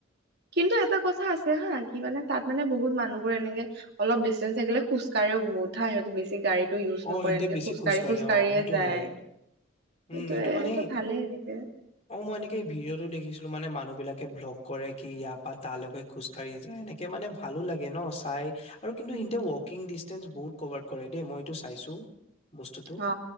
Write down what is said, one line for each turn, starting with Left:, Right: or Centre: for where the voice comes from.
Right: কিন্তু এটা কথা আছে হা কি মানে তাত মানে বহুত মানুহবোৰ এনেকে অলপ ডিষ্টেঞ্চ থাকিলে খোজকাঢ় বহতা সিহঁত বেছি গাড়ীত টো ইউজ
Left: অ
Right: নকৰে
Left: সিহতে
Right: এনেকে
Left: বেছি
Right: খোজ কাঢ়ি
Left: কাঢ়ে
Right: খোজ কাঢ়িয়ে
Left: অ সেইটো
Right: যায়
Left: হয় উম
Right: সেইটোয়েটো
Left: এইটো মানে
Right: ভালেই এনেকে
Left: অ মই এনেকে এই ভিডিঅ' টো দেখিছিলো মানে মানুহ বিলাকে ব্লগ কৰে কি ইয়াৰ পৰা তালৈকে খোজকাঢ়ি যায় এনেকে মানে ভালো লাগে ন চাই আৰু কিন্তু
Right: উম।
Left: এয়া ৱাকিং ডিচষ্টেঞ্চ বহুত কভাৰ কৰে দেই মই এইটো চাইছো বস্তুটো
Right: অ